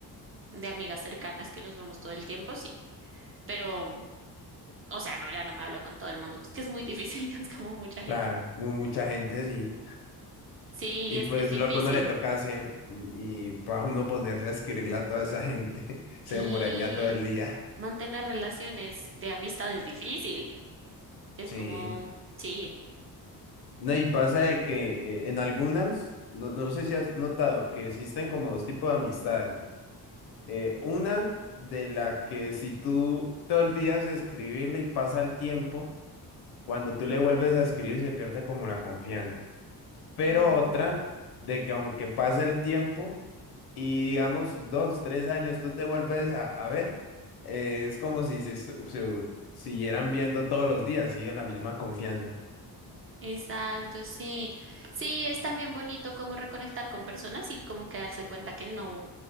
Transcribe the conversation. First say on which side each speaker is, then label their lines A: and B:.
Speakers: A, on the right; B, on the left.
A: de amigas cercanas que nos vemos todo el tiempo, sí, pero, o sea, no, ya no me hablo con todo el mundo, es que es muy difícil, <laughs> es como mucha gente.
B: Claro, mu- mucha gente, sí.
A: Sí,
B: Y
A: es,
B: pues
A: es difícil.
B: lo que uno le toca hacer y para uno ponerse a escribirle a toda esa gente, <laughs> se
A: Sí,
B: demoraría todo el día.
A: mantener relaciones de amistad es difícil, es
B: Sí.
A: como, sí.
B: No, y pasa de que eh, en algunas, no, no sé si has notado que existen como dos tipos de amistades. Eh, una de la que si tú te olvidas de escribirle y pasa el tiempo, cuando tú le vuelves a escribir se pierde como la confianza. Pero
A: Ujú.
B: otra de que aunque pase el tiempo y digamos dos, tres años tú te vuelves a, a ver, eh, es como si se, estu- se siguieran viendo todos los días, sigue la misma confianza.
A: Exacto, sí. Sí, es también bonito como reconectar con personas y como que darse cuenta que no,